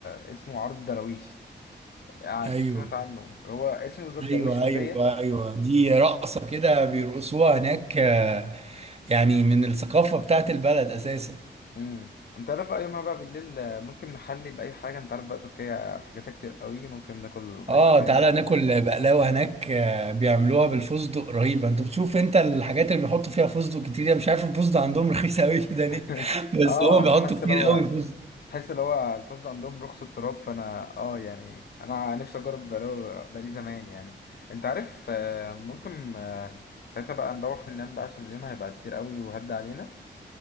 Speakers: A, on the left; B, on the right.
A: اسمه عرض دراويش اكيد
B: ايوه
A: سمعت عنه هو اسمه بالظبط
B: ايوه
A: دراويش مولية
B: ايوه ايوه دي رقصه كده بيرقصوها هناك آه، يعني من الثقافه بتاعت البلد اساسا
A: امم انت عارف بقى يومها بقى بالليل آه، ممكن نحلي باي حاجه انت عارف بقى تركيا حاجاتها كتير قوي ممكن ناكل
B: اه
A: ايس كريم
B: تعالى ناكل بقلاوه هناك آه، بيعملوها بالفستق رهيبه انت بتشوف انت الحاجات اللي بيحطوا فيها فستق كتير انا مش عارف الفستق عندهم رخيص قوي كده
A: <laughs>
B: ليه <laughs> بس
A: اه
B: هم بيحطوا
A: تحس
B: كتير
A: لو هو
B: قوي فستق
A: تحس لو هو الفسد عندهم رخص التراب فانا اه يعني انا نفسي اجرب بقاله بقالي زمان يعني انت عارف آه، ممكن آه، ساعتها بقى نروح ننام بقى عشان اليوم هيبقى كتير قوي وهد علينا